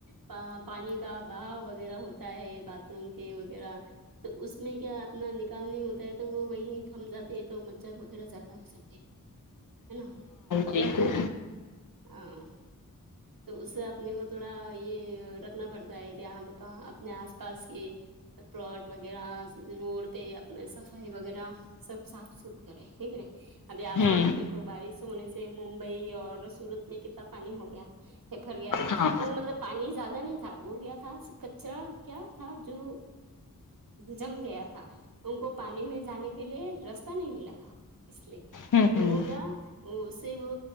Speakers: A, on the right (about 80°); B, on the left (about 65°).
A: پا پانی کا بہا وغیرہ ہوتا ہے باتھ روم کے وغیرہ تو اس میں کیا اپنا نکالنے ہوتا ہے تو وہ وہی حمزہ تھے تو مچھر وغیرہ زیادہ ہو ساک ہے نہ
B: بالکل
A: ہاں تو اسے اپنے کو تھوڑا یہ رکھنا پڑتا ہے کہ ہاں پ اپنے اس پاس کے پلاٹ وغیرہ روڈ پہ اپنے صفائی وغیرہ سب صاف ست کرے ٹھیکرے ابھی اج
B: ہوں
A: کل تو دیکو بارش ہونے سے ممبئی اور سورت میں کتنا پانی ہو گیا پھر بھر گیا تو
B: ہاں
A: وہ مطلب پانی زیادہ نہیں تھا وہ کیا تھا کچرا کیا تھا جو جم گیا تھا ان کو پانی میں جانے کے لیے رستہ نہیں ملا تھا اس لیے
B: ہوں
A: تو
B: ہوں
A: وہ گیا اس سے وہ